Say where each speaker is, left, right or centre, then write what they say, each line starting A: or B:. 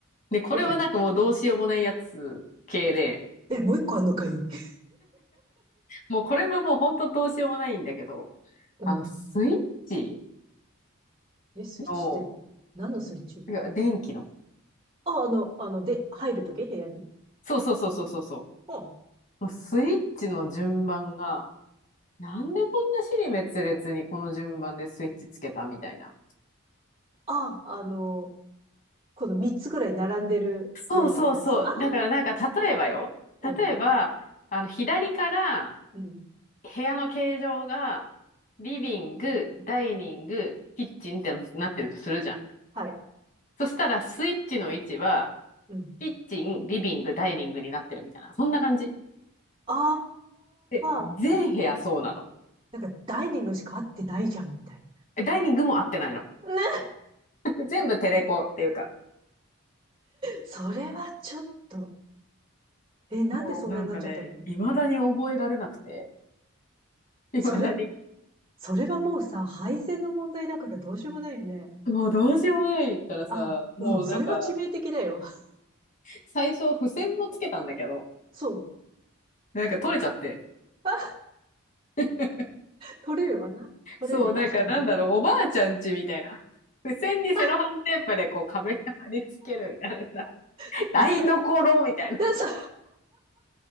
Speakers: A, on the left; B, on the right.
A: ね、これはなんかもうどうしようもないやつ系で、
B: よかった。え、もう一個あんのかい <laughs>
A: もうこれはもう本当どうしようもないんだけど、
B: うん。
A: あの、スイッチ
B: え、スイッチって何のスイッチ
A: の、いや、電気の。
B: あ、あの、あの、で、入るとき部屋に
A: そうそうそうそうそうそ
B: うん。
A: う。もうスイッチの順番が、なんでこんな支離滅裂にこの順番でスイッチつけたみたいな。
B: あ、あの、この三つぐらい並んでるようなやつ。
A: そうそうそう。
B: ああ、
A: だからなんか例えばよ。
B: うん、
A: 例えば、あの左から
B: うん。
A: 部屋の形状がリビング、ダイニング、キッチンってなってるとするじゃん。
B: はい。
A: そしたらスイッチの位置は
B: うん。
A: キッチン、リビング、ダイニングになってるみたいな。そんな感じ。
B: あ
A: で、全部屋そうなの。
B: あ、なんかダイニングしか合ってないじゃん、みたい
A: えダイニングも合ってないの。
B: な。ね
A: <laughs> 全部テレコっていうか。
B: それはちょっと。え、なんでそんなになっちゃったの
A: もうなんかね、未だに覚えられなくて。未だに。
B: それ、それはもうさ、配線の問題だからどうしようもないよね。
A: もうどうしようもないからさ、
B: あ、
A: もうなんか、
B: うん、それは致命的だよ。<laughs>
A: 最初、付箋もつけたんだけど、
B: そう。
A: なんか取れちゃって。
B: あ、
A: <laughs>
B: 取れるわな。取れる、
A: そう、
B: 確かに。
A: なんかなんだろう、おばあちゃんちみたいな。付箋にセロハンテープでこう壁に貼り付けるみたいなさ、
B: あ、でもそ、
A: 台所みたいな。
B: <laughs> でもそ